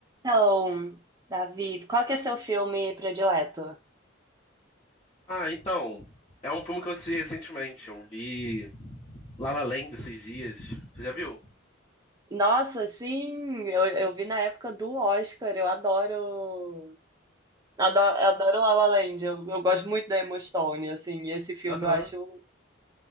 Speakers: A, on the right; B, on the left.
A: Então, Davi, qual que é seu filme predileto?
B: Ah, então, é um filme que eu assisti recentemente. Eu vi La La Land esses dias. Você já viu?
A: Nossa, sim, eu, eu vi na época do Oscar, eu adoro, adoro, adoro La La Land, eu, eu gosto muito da Emma Stone, assim, e esse filme
B: Aham.
A: eu acho